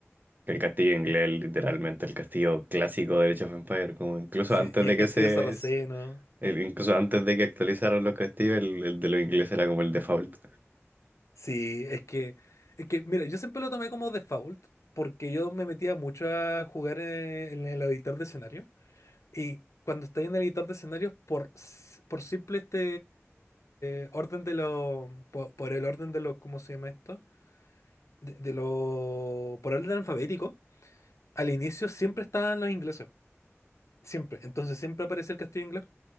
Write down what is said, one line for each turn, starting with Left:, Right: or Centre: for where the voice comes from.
Right: que el castillo inglés, literalmente el castillo clásico de Age of Empires, como incluso
Left: Sí,
Right: antes
Left: y
Right: de
Left: el
Right: que
Left: castillo
Right: se.
Left: sarraceno.
Right: el- incluso antes de que actualizaran los castillos, el, el de los ingleses era como el default.
Left: Sí, es que, es que, mira, yo siempre lo tomé como default, porque yo me metía mucho a jugar en, en el editor de escenarios, y cuando estoy en el editor de escenarios, por, s- por simple este eh, orden de los, po- por, el orden de los, ¿cómo se llama esto? De, de lo, por orden alfabético, al inicio siempre estaban los ingleses, siempre, entonces siempre aparecía el castillo inglés.